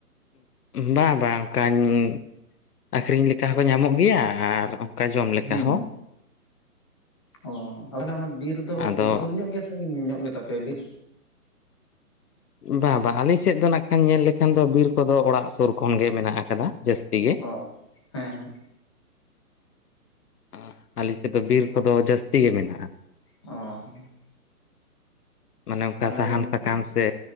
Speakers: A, on the left (about 75°); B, on the left (about 15°).
A: ᱵᱟᱝ ᱵᱟᱝ ᱚᱱᱠᱟᱧ ᱟᱠᱷᱨᱤᱧ ᱞᱮᱠᱟ ᱦᱚᱸᱠᱚ ᱧᱟᱢᱚᱜ ᱜᱮᱭᱟ ᱟᱨᱼᱼ ᱚᱱᱠᱟ ᱡᱚᱢ ᱞᱮᱠᱟ
B: ᱦᱩᱸ
A: ᱦᱚᱸ
B: ᱚ ᱛᱟᱦᱚᱞᱮ ᱚᱱᱟ ᱵᱤᱨ ᱫᱚ
A: ᱟᱫᱚ
B: ᱥᱩᱨ ᱧᱚᱜ ᱜᱮ ᱥᱮ ᱧᱚᱜ ᱜᱮᱛᱟᱯᱮᱭᱟ ᱵᱤᱨ
A: ᱵᱟ ᱵᱟᱝ ᱟᱞᱤᱧ ᱥᱮᱫ ᱫᱚ ᱱᱟᱜ ᱠᱷᱟᱱ ᱧᱮᱞ ᱞᱮᱠᱷᱟᱱ ᱫᱚ ᱵᱤᱨ ᱠᱚᱫᱚ ᱚᱲᱟᱜ ᱥᱩᱨ ᱠᱷᱚᱱ ᱜᱮ ᱢᱮᱱᱟᱜ ᱟᱠᱟᱫᱟ ᱡᱟᱹᱥᱛᱤ ᱜᱮ
B: ᱚ ᱦᱮᱸ ᱦᱮᱸ
A: ᱟ ᱟᱞᱮ ᱥᱮᱫ ᱫᱚ ᱵᱤᱨ ᱠᱚᱫᱚ ᱡᱟᱹᱥᱛᱤ ᱜᱮ ᱢᱮᱱᱟᱜᱼᱟ
B: ᱚ
A: ᱢᱟᱱᱮ ᱚᱱᱠᱟ
B: ᱛᱟᱦᱚᱞᱮ
A: ᱥᱟᱦᱟᱱ
B: ᱜᱚ
A: ᱥᱟᱠᱟᱢ ᱥᱮ